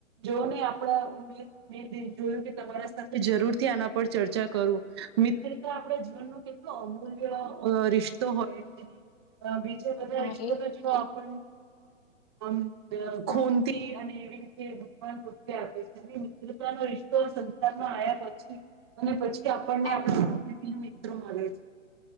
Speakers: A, on the right; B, on the left.
A: જો નહી આપડા મે જોયું કે તમારા સાથે જરૂર થી આના પર ચર્ચા કરું, મિત્રતા આપણા જીવનનો કેટલો અમૂલ્ય રિશ્તો હોય છે. બધા
B: હા
A: રિશ્તો
B: એ
A: તો જો આપ હ હમ.
B: હા
A: ખૂનથી અને એવી રી કે ભગવાન ભક્તે આપે છે અને મિત્રતા નો રિશતો સંસારમાં આયા પછી અને પછી તે આપણને
B: આપ
A: આપડા <inaudible> <inaudible>